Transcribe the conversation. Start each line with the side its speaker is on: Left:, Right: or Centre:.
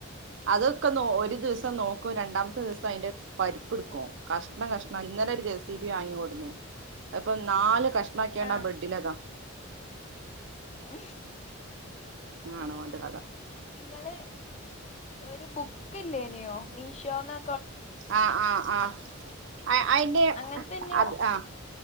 Right: അതൊക്കെ നോ ഒരു ദിവസം നോക്കൂ രണ്ടാമത്തെ ദിവസം അതിന്റെ പരിപ്പ എടുക്കും കഷ്ണം കഷണം ഇന്നലെ ഒരു ജ സ ഇബി വാങ്ങിിക്കൂടുന്നേ ഇപ്പം നാല് കഷ്ണംമാക്കിയണ്ട
Left: ആഹ്
Right: ബെഡിലതാ
Left: ഉ
Right: ആണോന്റെ കഥ
Left: നിങ്ങള് ഒരു ബുക്ക് ഇല്ലേനെയോ മീഷോന്ന്
Right: ആഹ ആഹ ആഹ അയിറെ
Left: അങ്ങനത്തെന്നെയോ
Right: അത് ആഹ